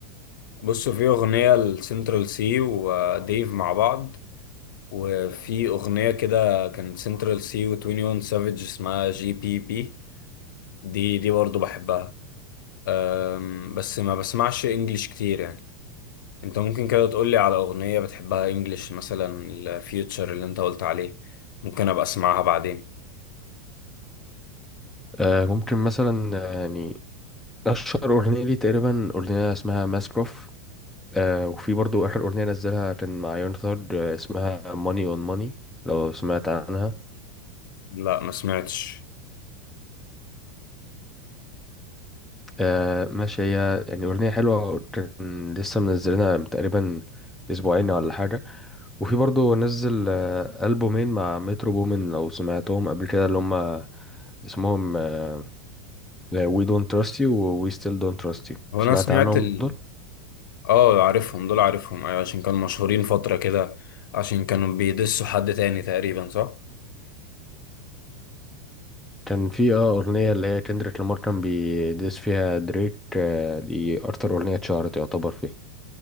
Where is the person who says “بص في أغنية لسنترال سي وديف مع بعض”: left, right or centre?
Left